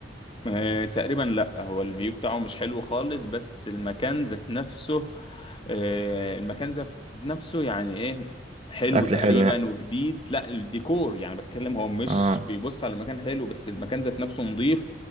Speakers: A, on the left; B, on the right.
A: آه، تقريبا لا هو الفيو بتاعه مش حلو خالص بس المكان ذات نفسه آه، المكان ذات نفسه يعني ايه حلو
B: اكل
A: تقريبا
B: حلو يعني
A: وجديد لا الديكور يعني بتكلم هو مش
B: اه
A: بيبص على المكان حلو بس المكان ذات نفسه نظيف